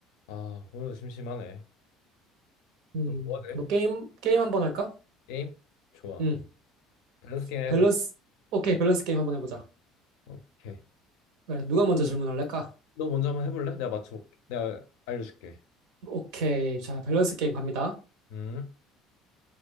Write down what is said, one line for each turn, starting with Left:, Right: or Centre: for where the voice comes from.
Left: 아, 오늘도 심심하네.
Right: 음,
Left: 그럼 뭐 하지?
Right: 뭐 게임 게임 한번 할까?
Left: 게임? 좋아.
Right: 음,
Left: 밸런스 게임
Right: 밸런스.
Left: 하자.
Right: 오케이, 밸런스 게임 한번 해보자.
Left: 오케이.
Right: 그래, 누가 먼저
Left: 너, 뭐-
Right: 질문할래까?
Left: 너 먼저 한번 해볼래? 내가 맞춰볼게. 내가 알려줄게.
Right: 오케이, 자, 밸런스 게임 갑니다.
Left: 음,